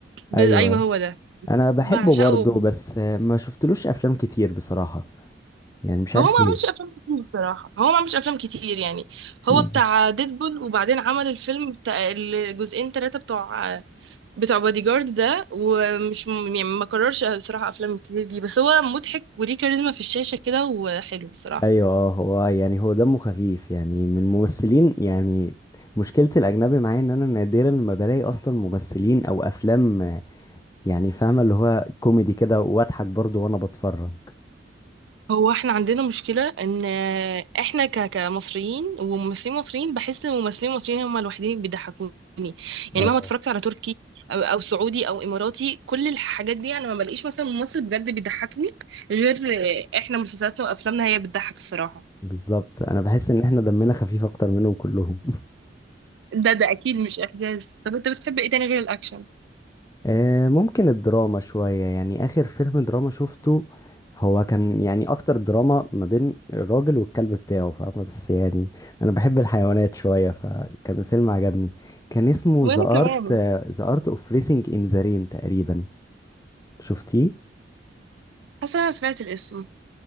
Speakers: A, on the right; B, on the left.
A: ب...
B: ايوه
A: ايوه هو ده
B: انا بحبه
A: بعشقه
B: برضه بس آه، ما شفتلوش افلام كتير بصراحه يعني مش عارف
A: هو ما عملش افلام كتير بصراحه هو ما عملش افلام كتير يعني
B: ليه
A: هو بتاع ديدبول وبعدين عمل الفيلم بتاع الجزئين ثلاثه بتوع بتوع بادي جارد ده ومش م- يعني ما كررش بصراحه افلام كتير دي بس هو مضحك وليه كاريزما في الشاشه كده وحلو بصراحه
B: ايوه اه هو يعني هو دمه خفيف يعني من الممثلين يعني مشكلة الاجنبي معايا ان انا نادرا ما بلاقي اصلا ممثلين او افلام يعني فاهمة اللي هو كوميدي كده واضحك برضو وانا بتفرج
A: هو احنا عندنا مشكلة ان احنا ك- كمصريين وممثلين مصريين بحس ان الممثلين المصريين هم الوحيدين اللي بيضحكوني يعني
B: اه
A: مهما اتفرجت على تركي او أو سعودي او اماراتي كل الحاجات دي انا ما بلاقيش مثلا ممثل بجد بيضحكني غير احنا مسلسلاتنا وافلامنا هي بتضحك الصراحة
B: بالظبط انا بحس ان احنا دمنا خفيف اكتر منهم كلهم
A: ده ده اكيد مش احجاز طب انت بتحب ايه تاني غير الاكشن
B: آه، ممكن الدراما شوية يعني آخر فيلم دراما شفته هو كان يعني أكتر دراما ما بين الراجل والكلب بتاعه فاهمة بس يعني أنا بحب الحيوانات شوية فكان الفيلم عجبني كان اسمه
A: وانا
B: The Art
A: كمان
B: The Art of Racing in the Rain تقريبا شفتيه؟
A: حاسة انا سمعت الاسم